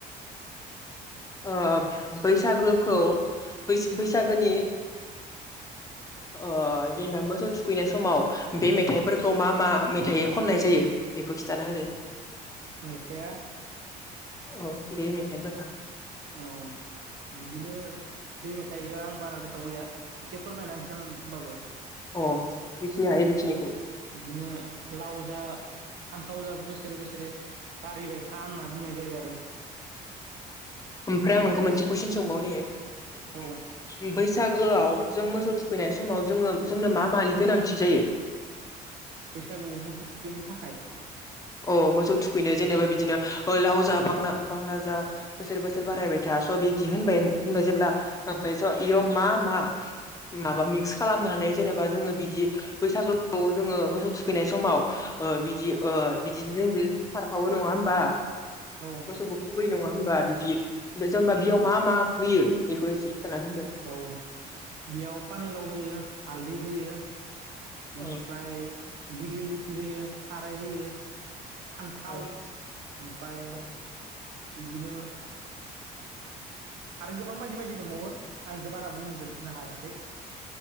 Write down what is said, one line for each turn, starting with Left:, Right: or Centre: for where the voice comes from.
Left: ओ बैसागोखौ बै-बैसागोनि ओ जेनेबा मोसौ थुखैनाय समाव बे मेथाइफोरखौ मा मा मेथाइै खननाय जायो बेखौ खिन्थाना होदो
Right: मेथाइया
Left: औ बेे मिथाइफोरा
Right: औ बिदिनो बे मेथाइ आं बारा गोसोआव गैया एसे फोरमायनानैसै आं होनबाबो
Left: अ जेखिनि हायो जेखिनिखौ
Right: बिदिनो लाव जा फान्थाव जा बोसोरै बोसोरे बारिबाय था होनना बुंनाय जायो आरो
Left: ओमफ्राय
Right: बिदिनो
Left: आं नोंखौ मोनसे कुइसन सोंबावनो बै
Right: औ
Left: बैसागोआव जों मोसौ थुखैनाय समाव जोङो जोंनो मा मानि गोनांथि जायो
Right: बैसागुआव मोसौ थुखैनो थाखाय
Left: अ मोसौ थुखैनो जेनेबा बिदिनो ओ लाव जा बांना बांना जा बोसोर बोसोर बारायबाय था स' बिदि होनबाय होनबाय जेब्ला ओमफ्राय स' इयाव मा मा माबा मिक्स खालामनानै जेनेबा जोङो बिदि बैसागुखौ जोङो मोसौ थुखैनाय समाव ओ बिदि ओ बिदि जों सारफावो नङा होमबा
Right: औ
Left: मोसौखौ नङा होमबा बिदि ओमफाय जेनेबा बेयाव मा मा होयो बेखौ एसे खिथानानै होदो
Right: औ बेयाव पानिलाव होयो हालदै होयो बेनिफ्राय
Left: अ
Right: दिग्लिलिथि होयो थाराय होयो फान्थाव
Left: अ
Right: ओमफ्राय
Left: अ
Right: बिदिनो आरो गोबां बायदि बायदि दंबावो आं एखौ बारा बुंजोबनो हायाखै